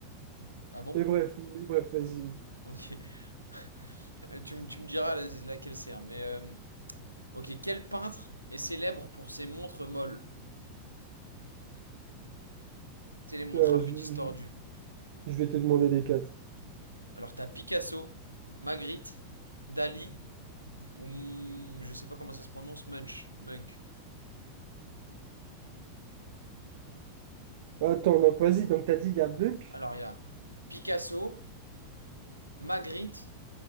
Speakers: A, on the right (about 90°); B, on the right (about 55°).
A: ah bon?
B: Mais bref, mais bref, vas-y.
A: Ok. <laughs> Tu, me- tu me diras la- laquelle sert, mais... euh, Ok, quel peintre est célèbre pour ses montres molles C'est les montres
B: Euh,
A: un peu
B: je,
A: distordues.
B: je- je vais te demander les quatre.
A: Alors t'as Picasso, Magritte, Dali ou M- je sais pas comment ça se prononce, Munch, Munk.
B: Attends, donc vas-y, donc t'as dit il y a Buck.
A: Alors il y a Picasso, Magritte,